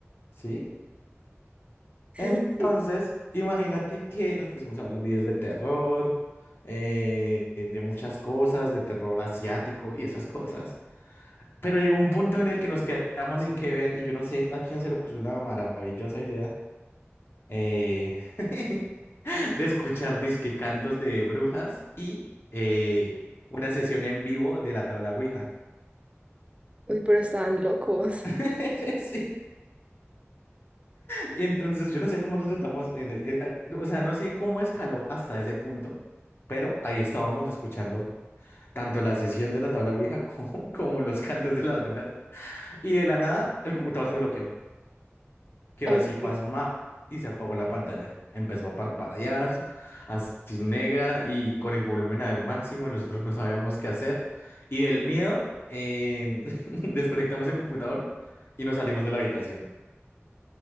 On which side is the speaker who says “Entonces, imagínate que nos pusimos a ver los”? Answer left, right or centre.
Left